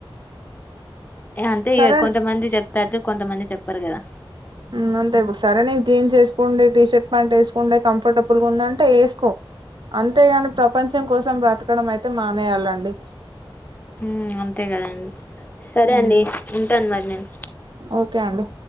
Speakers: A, on the left; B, on the right.
A: ఏ అంతే
B: సరే
A: ఇగ కొంతమంది చెప్తారు కొంతమంది చెప్పారు గదా
B: హ్మ్ అంతే ఇప్పుడు సరే నీక్ జీన్స్ ఏస్కోండి టీ షర్ట్ పాంట్ వేస్కుంటే కంఫర్టబుల్ గా ఉందంటే ఏస్కో అంతేగాని ప్రపంచం కోసం బ్రతకడం అయితే మానేయాలండి
A: హ్మ్ అంతే కదండి సరే
B: మ్మ్
A: అండి ఉంటాన్ మరి నేన్
B: ఓకే అండి